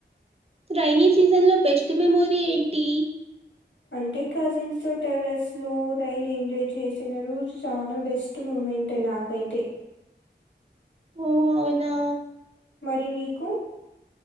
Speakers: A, on the right (about 35°); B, on the left (about 85°).
A: రైైనీ సీజన్ లో బెస్ట్ మెమోరీ ఏంటి
B: అంటే కజిన్స్తో టెర్రస్‌లో రైన్ ఎంజాయ్ చేసిన రోజు చాలా బెస్ట్ మూవీ మెన్టే నాకైతే
A: ఓ అవునా
B: మరి నీకు